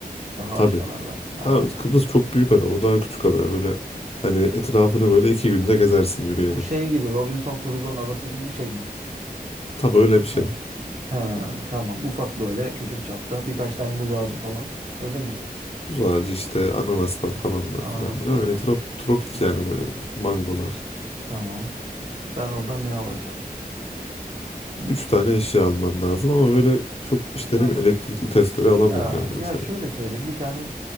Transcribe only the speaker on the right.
Daha
aşağılarda. Ha.
Bu şey gibi Robinson Crusoe'nun adası gibi bir şey mi?
Ha. Ha, tamam. Ufak böyle küçük çapta birkaç tane muz ağacı falan. Öyle mi?
Ananasları
var.
Hmm,
tamam. Ben oradan ne alacağım? Hmm,
Tamam.
Ya
ya şöyle söyleyeyim. Bir tane